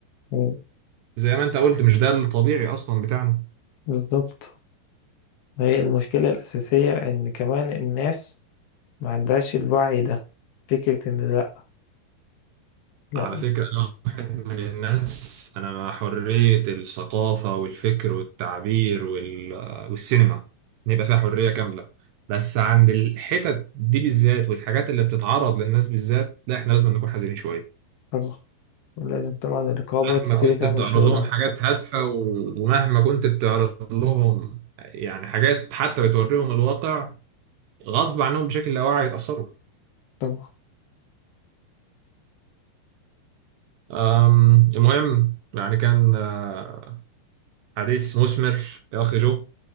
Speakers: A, on the left; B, on the right.
A: مم.
B: زي ما انت قلت مش ده الطبيعي اصلا بتاعنا
A: بالظبط ما هي المشكلة الأساسية إن كمان الناس ما عندهاش الوعي ده فكرة إن لأ لأ
B: على فكرة أنا واحد من الناس أنا مع حرية الثقافة والفكر والتعبير وال... والسينما نبقى فيها حرية كاملة بس عند الحتت دي بالذات والحاجات اللي بتتعرض للناس بالذات لا إحنا لازم نكون حذرين شوية
A: طبعا ولازم طبعا الرقابة تبتدي
B: مهما آه. كنت
A: تعمل
B: بتعرض
A: شغلها
B: لهم حاجات هادفة و... ومهما كنت بتعرض لهم يعني حاجات حتى بتوريهم الواقع غصب عنهم بشكل لا واعي يتأثروا
A: طبعا
B: أم، المهم يعني كان آه، حديث مثمر يا أخي جو